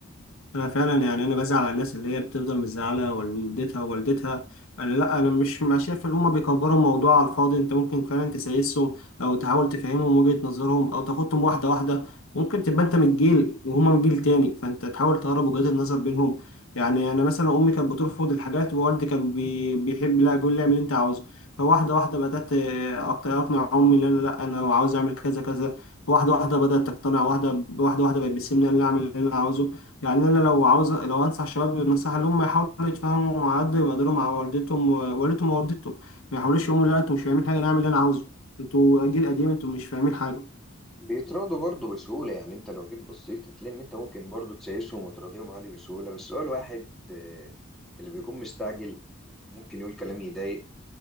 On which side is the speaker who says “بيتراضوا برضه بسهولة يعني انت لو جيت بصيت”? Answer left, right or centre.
Centre